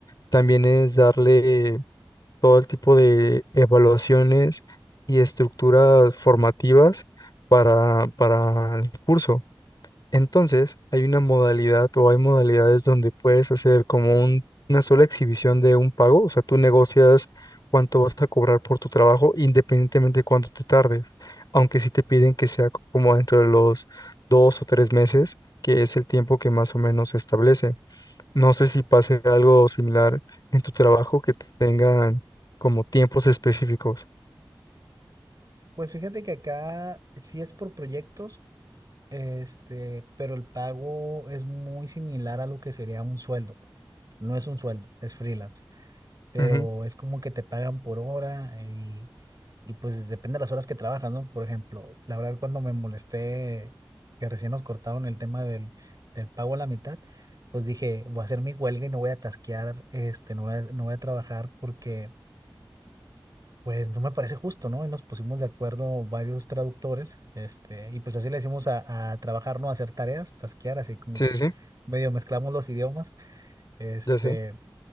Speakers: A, on the left; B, on the right.
A: También es darle todo el tipo de evaluaciones y estructuras formativas para, para el curso. Entonces, hay una modalidad o hay modalidades donde puedes hacer como un- una sola exhibición de un pago, o sea, tú negocias cuánto vas a cobrar por tu trabajo independientemente de cuánto te tardes, aunque sí te piden que sea como dentro de los dos o tres meses, que es el tiempo que más o menos se establece. No sé si pase algo similar en tu trabajo que tengan como tiempos específicos.
B: Pues fíjate que acá sí es por proyectos, este, pero el pago es muy similar a lo que sería un sueldo. No es un sueldo, es freelance. pero
A: Ujú,
B: es como que te pagan por hora eh, y, y pues depende de las horas que trabajas, ¿no? Por ejemplo, la verdad cuando me molesté que recién nos cortaron el tema del, del pago a la mitad, pues dije, voy a hacer mi huelga y no voy a tasquear, este, no voy a, no voy a trabajar porque pues no me parece justo, ¿no? Y nos pusimos de acuerdo varios traductores, este, y pues así le decimos a, a trabajar, ¿no? A hacer tareas, tasquear, así como
A: Sí,
B: que
A: sí, sí,
B: medio mezclamos los idiomas, este...
A: ya sé.